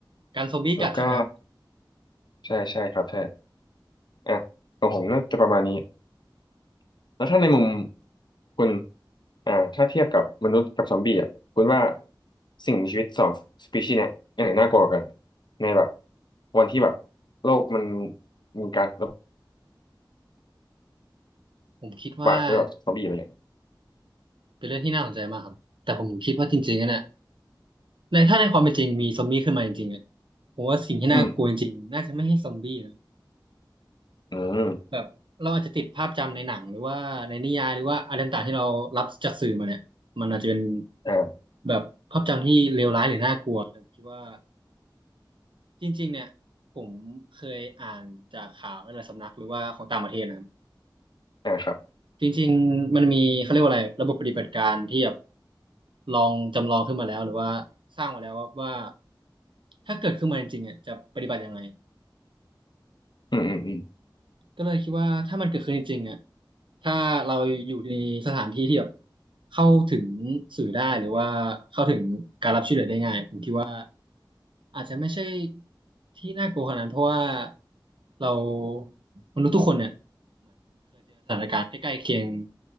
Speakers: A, on the right; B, on the left.
A: การซอมบี้กัดใช่ไหมครับ
B: แล้วก็ใช่ใช่ครับใช่อ่ะของผมน่าจะประมาณนี้แล้วถ้าในมุมคุณอ่าถ้าเทียบกับมนุษย์กับซอมบี้อ่ะคุณว่าสิ่งมีชีวิตสองสปีชีส์เนี่ยอันไหนน่ากลัวกว่ากันในแบบวันที่แบบโลกมันมีการระ
A: ผมคิดว่า
B: บาดด้วยแบบซอมบี้อะไรเงี้ย
A: <laughs> เป็นเรื่องที่น่าสนใจมากครับแต่ผมคิดว่าจริงๆอะเนี่ยในถ้าในความเป็นจริงมีซอมบี้ขึ้นมาจริงๆเนี่ยผมว่าสิ่งที่น่ากลัวจริงๆน่าจะไม่ให้ซอมบี้นะ
B: อืมอืม
A: แบบเราอาจจะติดภาพจำในหนังหรือว่าในนิยายหรือว่าอะไรต่างๆที่เรารับจากสื่อมาเนี่ยมันอาจจะเป็น
B: อ่า
A: แบบภาพจำที่เลวร้ายหรือน่ากลัวแต่ผมคิดว่าจริงๆเนี่ยผมเคยอ่านจากข่าวในหลายสำนักหรือว่าของต่างประเทศนะ
B: อ่าครับ
A: จริงๆมันมีเขาเรียกว่าอะไรระบบปฏิบัติการที่แบบลองจำลองขึ้นมาแล้วหรือว่าสร้างมาแล้วว่าว่าถ้าเกิดขึ้นมาจริงๆอ่ะจะปฏิบัติยังไง
B: อืมอืมอืม
A: ก็เลยคิดว่าถ้ามันเกิดขึ้นจริงๆอ่ะถ้าเราอยู่ในสถานที่ที่แบบเข้าถึงสื่อได้หรือว่าเข้าถึงการรับช่วยเหลือได้ง่ายผมคิดว่าอาจจะไม่ใช่ที่น่ากลัวขนาดนั้นเพราะว่าเรามนุษย์ทุกคนเนี่ย ใกล้ๆเคียง